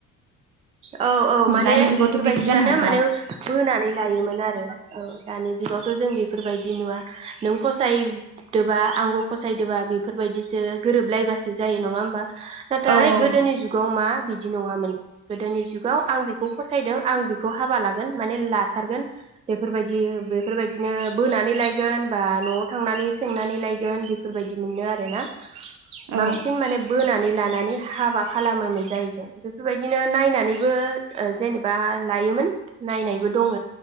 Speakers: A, on the right; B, on the right.
A: औ औ माने
B: दानि जुगावथ'
A: बेफोरबायदिबानो
B: बिदि जानो हाला
A: माने बोनानै लायोमोन आरो औ दानि जुगावथ' जों बेफोरबायदि नुवा नों फसायदोबा आंबो फसायदोबा बेफोरबायदिसो गोरोबलायबासो जायो नङा होमबा नाथाय
B: औ औ
A: गोदोनि जुगाव मा बिदि नङामोन गोदोनि जुगाव आं बेखौ फसायदों आं बेखौ हाबा लागोन माने लाथारगोन बेफोरबायदि बेफोरबायदिनो बोनानै लायगोन बा न'आव थांनानै सोंनानै लायगोन बेफोरबायदि मोन नो आरोना
B: औ
A: बांसिन माने बोनानै लानानै हाबा खालामोमोन जाहैदों बेफोरबायदि बिदिनो नायनानैबो जेनेबा लायोमोन नायनायबो दङो